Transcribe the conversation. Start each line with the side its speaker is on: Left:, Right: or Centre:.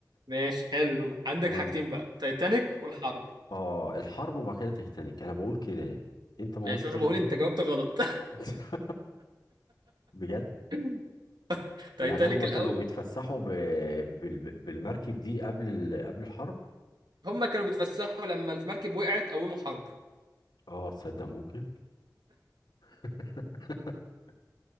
Right: ماشي حلو عندك
Left: و
Right: حاجتين بقى تايتانيك والحرب
Left: اه الحرب وبعد كده تيتانيك انا بقول كده يعني انت ما
Right: ماشي
Left: قلتش
Right: وانا
Left: غير
Right: بقول
Left: كده
Right: انت جاوبت غلط
Left: <laughs> بجد
Right: <laughs> تايتانيك
Left: يعني هم
Right: الاول
Left: كانوا بيتفسحوا ب... بال... بالمركب دي قبل ال... قبل الحرب
Right: هم كانوا بيتفسحوا لما المركب وقعت قوموا حرب
Left: اه تصدق ممكن <laughs>